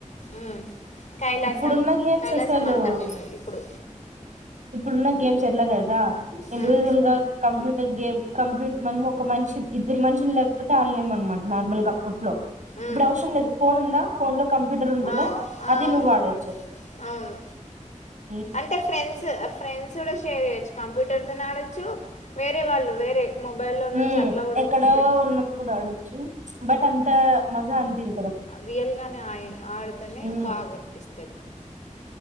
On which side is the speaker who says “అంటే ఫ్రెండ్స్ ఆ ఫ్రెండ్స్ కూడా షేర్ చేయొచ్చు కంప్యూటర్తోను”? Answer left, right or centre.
Left